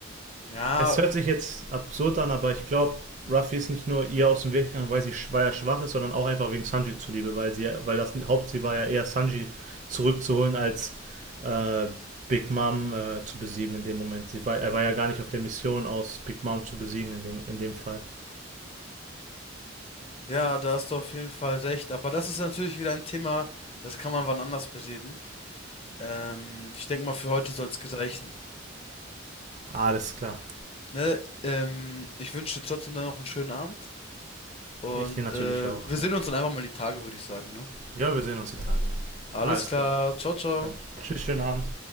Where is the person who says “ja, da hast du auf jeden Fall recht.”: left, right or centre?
Left